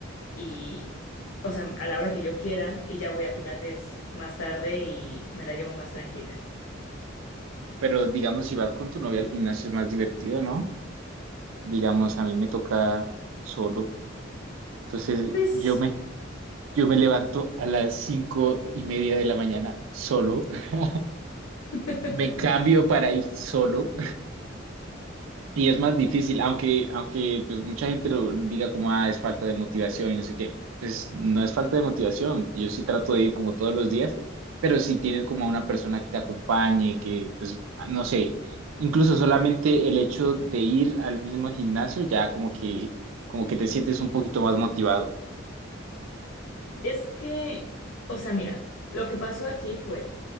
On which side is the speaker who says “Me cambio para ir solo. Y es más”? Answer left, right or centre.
Right